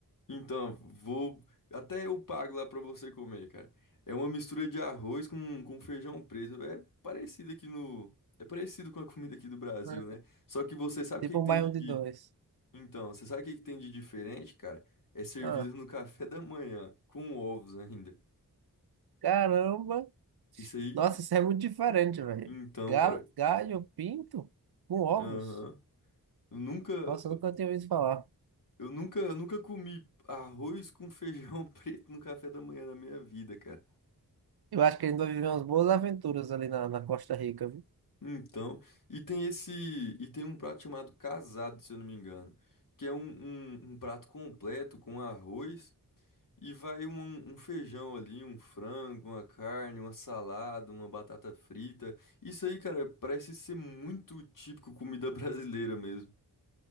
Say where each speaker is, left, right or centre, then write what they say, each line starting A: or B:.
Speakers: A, on the left (about 60°); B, on the right (about 80°).
A: Então, vou. Até eu pago lá pra você comer, cara. É uma mistura de arroz com, com feijão preto. É parecido aqui no. É parecido com a comida aqui do Brasil,
B: Ah,
A: né? Só que você sabe
B: tipo
A: o que que
B: um
A: tem
B: baião
A: de. de-
B: de dois.
A: Então, você sabe o que que tem de diferente, cara? É servido
B: Ah,
A: no café da manhã, com ovos ainda.
B: caramba.
A: Isso aí.
B: Nossa, isso é muito diferente, velho.
A: Então,
B: Ga-
A: cara.
B: Galho pinto com ovos?
A: Aham. Eu nunca.
B: Nossa, eu nunca tinha ouvido falar.
A: Eu nunca, nunca comi arroz com feijão <laughs> preto no café da manhã na minha vida, cara.
B: Eu acho que ele vai viver umas boas aventuras ali na, na Costa Rica, viu?
A: Então, e tem esse, e tem um prato chamado casado, se eu não me engano, que é um, um, um prato completo com arroz e vai um, um um feijão ali, um frango, uma carne, uma salada, uma batata frita. Isso aí, cara, parece ser muito típico comida <laughs> brasileira mesmo.